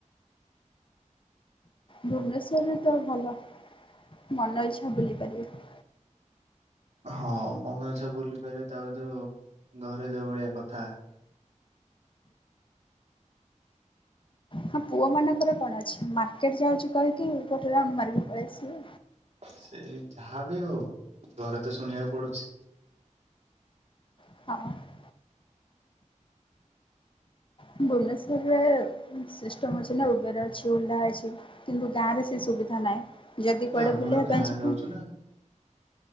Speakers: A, on the left; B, on the right.
A: ଭୁବନେଶ୍ଵରରେ ତ ଭଲ ମନ ଇଛା ବୁଲି ପାରିବେ।
B: ହଁ ମନ ଇଛା ବୁଲି ପାରିବେ, ତାପରେ ଯୋଉ ଘରେ ଯୋଉ ଭଳିଆ କଥା
A: ହଁ ପୁଅ ମାନଙ୍କର କଣ ଅଛି ମାର୍କେଟ ଯାଉଛି କହିକି ଗୋଟେ ରାଉଣ୍ଡ ମାରିକି ପଳେଇ ଆସିବେ।
B: ସେଇ ଯାହା ବି ହଉ ଘରେ ତ ଶୁଣିବାକୁ ପଡୁଛି।
A: <unintelligible> ଭୁବନେଶ୍ଵରରେ ସିଷ୍ଟମ ଅଛି ନା ଉବେର ଅଛି, ଓଲା ଅଛି। କିନ୍ତୁ ଗାଁରେ ସେ ସୁବିଧା ନାହିଁ, ଯଦି
B: ମୁଁ
A: କୁଆଡେ
B: ଆମର
A: ବୁଲିବା
B: ଗାଁରେ
A: ପାଇଁ ଯିବୁ
B: ରହୁଛୁ ନା